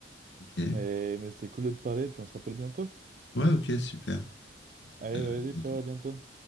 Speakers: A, on the left (about 65°); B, on the right (about 40°).
A: ok,
B: Mais, mais c'était cool de te parler, puis on se rappelle bientôt.
A: ouais, ok super. Écoute,
B: Allez,
A: à
B: bah, vas-y,
A: bientôt.
B: ciao, à bientôt.